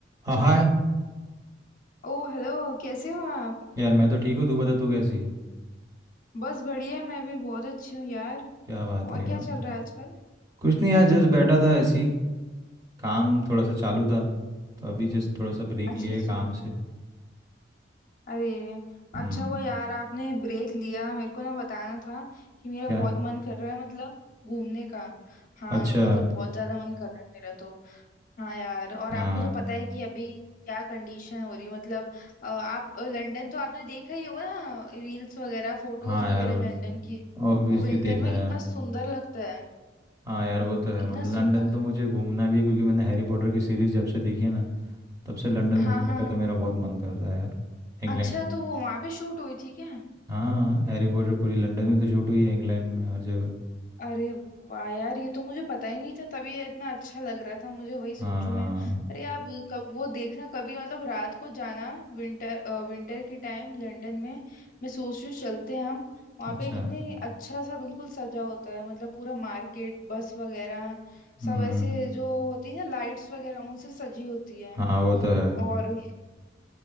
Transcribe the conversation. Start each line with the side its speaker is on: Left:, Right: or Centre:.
Right: हाँ हाय
Left: ओ हेलो कैसे हो आप
Right: यार मैं तो ठीक हूँ तू बता तू कैसी है
Left: बस बढ़िया मैं भी बहुत अच्छी हूँ यार
Right: क्या बात
Left: और
Right: है क्या
Left: क्या
Right: बात
Left: चल रहा है आजकल
Right: कुछ नहीं यार जस्ट बैठा था ऐसे ही काम थोड़ा सा चालू था तो अभी जस्ट थोड़ा सा ब्रेक
Left: अच्छा
Right: लिया
Left: अच्छा
Right: है काम से
Left: अरे
Right: हम्म
Left: अच्छा हुआ यार आपने ब्रेक लिया मेरे को ना बताना था कि मेरा
Right: क्या
Left: बहुत मन कर रहा है मतलब घूमने का हाँ
Right: अच्छा
Left: मतलब बहुत ज्यादा मन कर रहा है मेरा तो हाँ यार और
Right: हाँ
Left: आपको तो पता है कि अभी क्या कंडीशन हो रही है मतलब अ, आप लंदन तो आपने देखा ही होगा ना रील्स वगैरह फोटोज
Right: हाँ
Left: वगैरह
Right: यार वो
Left: लंदन
Right: तो
Left: की
Right: ऑब्वियसली
Left: वो विंटर
Right: देखा
Left: में
Right: है
Left: कितना
Right: हाँ
Left: सुंदर लगता है
Right: हाँ यार वो तो है
Left: कितना
Right: मतलब
Left: सुंदर
Right: लंदन तो
Left: लगता
Right: मुझे
Left: है
Right: घूमना भी है क्योंकि मैंने हैरी पॉटर की सीरीज जब से देखी है ना तब से लंदन
Left: हाँ
Right: घूमने
Left: हाँ
Right: का तो मेरा बहुत मन करता है यार इंग्लैंड
Left: अच्छा तो वो वहां पे शूट हुई थी क्या
Right: हाँ हैरी पॉटर पूरी लंदन में तो शूट हुई है इंग्लैंड में हर जगह
Left: अरे वाह यार ये तो मुझे पता ही नहीं था तभी ये इतना अच्छा लग रहा था मुझे वही सोचूं
Right: हाँ
Left: मैं अरे आप वो कब वो देखना कभी मतलब रात को जाना विंटर विंटर के टाइम लंदन में मैं सोच रही हूँ चलते हैं हम वहाँ
Right: अच्छा
Left: पे कितने अच्छा सा बिल्कुल सजा होता है मतलब पूरा मार्केट बस वगैरह
Right: हम्म
Left: सब ऐसे जो होती है ना लाइट्स वगैरह उनसे सजी होती है
Right: हाँ वो तो है
Left: और